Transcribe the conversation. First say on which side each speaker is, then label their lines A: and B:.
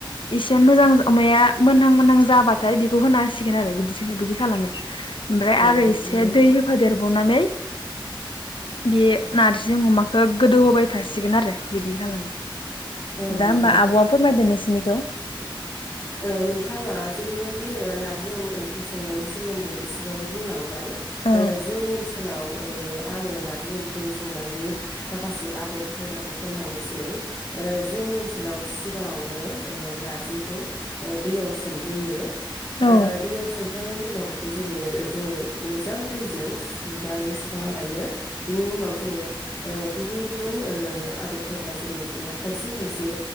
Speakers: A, on the left; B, on the left.
A: इसे मोजां अमाया मोनहां मोनहां जाबाथाय बेखौ होना हांसिगोन आरो बिदि बिदि खालामो ओमफ्राय
B: औ
A: आरो एसे
B: नंगौ
A: दै हेफादेर बनानै बे नारजि अमा ओ गोदौ होबाय थासिगोन आरो बिदि खालामो
B: औ
A: दा
B: नंगौ
A: होमबा आब'आ फोरमायदो नोंसोरनिख ज'
B: ओ नोंथाङा जेरैबायदि ओ नारजि ओंख्रि संनायनि सोमोन्दै एसेबाबो बुंलां बाय
A: औ
B: ओ जोंनि ओनसोलाव ओ आङो नार्जि ओंख्रि संनायनि माखासे आदब खायदाखौ फोरमायनोसै ओ जोंनि ओनसोलाव सिगाङावनो ओ नारजि खौ ओ दैयाव सोमग्रोयो ओ
A: औ
B: दैयाव सोमखां सुखांनायनि उनाव बे जेरै जोङो मोजां दैजों सुनानै सुखांनानै लायो बिनि उनाव जोङो ओ गुबन गुबन ओ आदब खायदा जेरै ओ खायसे खायसे